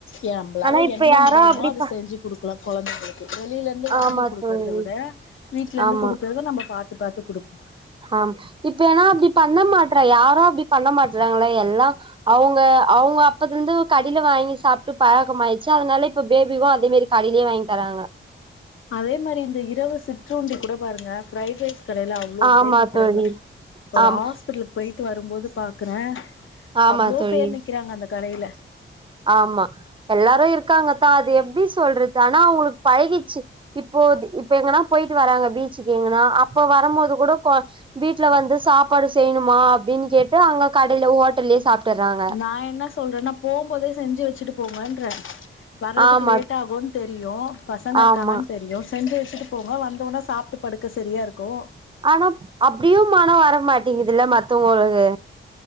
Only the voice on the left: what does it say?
எ நம்மளால
என்ன
முடியுமோ
அத
செஞ்சு குடுக் கலா கொழந்தைகளுக்கு வெளியில இருந்து வாங்கி
கொடுக்கறத
விட வீட்ல இருந்து
குடுக்கறத நம்ம பாத் த்து பாத்து குடுப்போ
அதே மாரி இந்த இரவு சிற்றுருண்டி கூட பாருங்க ஃப்ரைட் ரைஸ் கடையில அவ்ளோ
பேர் நிக்கிறாங்க
ஒரு
ஹாஸ்பிட்லுக் கு போயிட்டு வரும்போது பாக்குறே
அவ்ளோ
பேர் நிக்கிறாங்க அந்த கடையில
நா என்ன சொல்றேனா போம்போதே செஞ்சு வச்சுட்டு போங்கன்றே வர்றதுக்கு
லேட் ஆகுன் தெரியு பசங்க இருக்காங்கன்னு
தெரியு செஞ்சு வச்சிட்டு போங்க வந்தோன சாப்பிட்டு படுக்க செரியா இருக்கு